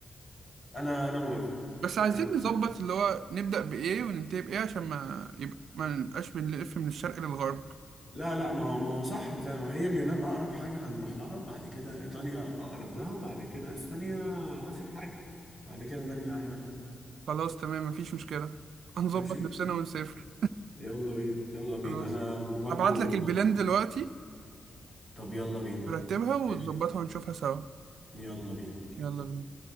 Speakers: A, on the left (about 20°); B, on the right (about 85°).
A: انا انا موافق
B: بس عايزين
A: آه،
B: نظبط اللي هو نبدأ بإيه وننتهي بإيه عشان ما يبقى ما نبقاش بنلف من الشرق للغرب
A: لا لا ما هو ما هو صح زي ما هي اليونان اقرب حاجه هنروح لها بعد كده ايطاليا اقرب لها بعد كده اسبانيا اخر حاجه بعد كده نرجع هنا بقى
B: خلاص تمام مفيش مشكلة <laughs> هنظبط
A: ماشي
B: نفسنا ونسافر
A: يلا بينا يلا بينا
B: خلاص
A: انا انا برضو
B: هبعت لك البلان دلوقتي
A: طب يلا بينا
B: هرتبها ونظبطها
A: ماشي
B: ونشوفها سوا
A: يلا بينا
B: يلا بينا